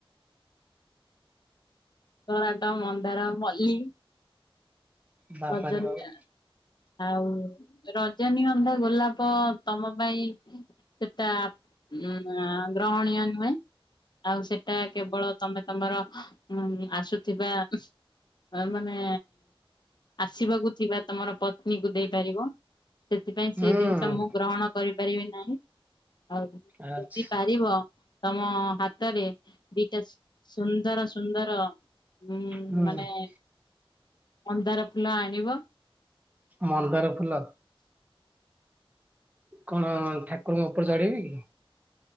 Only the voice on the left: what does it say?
ଟରାଟ, ମନ୍ଦାର, ମଲ୍ଲୀ।
ରଜନୀ
ଆଉ ରଜନୀଗନ୍ଧା, ଗୋଲାପ ତମ ପାଇଁ ସେଟା ଉ ଗ୍ରହଣୀୟ ନୁହେଁ। ଆଉ ସେଟା କେବଳ ତମେ ତମର ଉମ ଆସୁଥିବା ଆମାନେ ଆସିବାକୁ ଥିବା ତମର ପତ୍ନୀକୁ ଦେଇପାରିବ, ସେଥିପାଇଁ ସେ
ଜିନିଷ ମୁଁ ଗ୍ରହଣ କରିପାରିବି ନାହିଁ, ଆଉ
ଯଦି ପାରିବ ତମ ହାତରେ ଦିଟା ସୁନ୍ଦର ସୁନ୍ଦର ଉଁ
ମାନେ ମନ୍ଦାର ଫୁଲ ଆଣିବ।